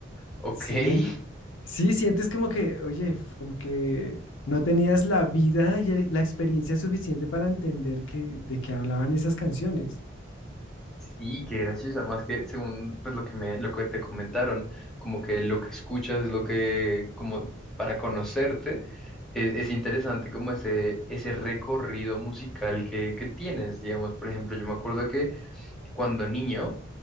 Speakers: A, in the centre; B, on the left.
A: ok,
B: sí.
A: <laughs>
B: Sí, sientes como que, oye, f- como que no tenías la vida y el- la experiencia suficiente para entender que, de qué hablaban esas canciones.
A: sí, qué gracioso. Además que según pues lo que me, lo que te comentaron, como que lo que escuchas es lo que, como para conocerte, e- es, interesante como ese, ese recorrido musical que, que tienes. Digamos, por ejemplo, yo me acuerdo que Cuando niño,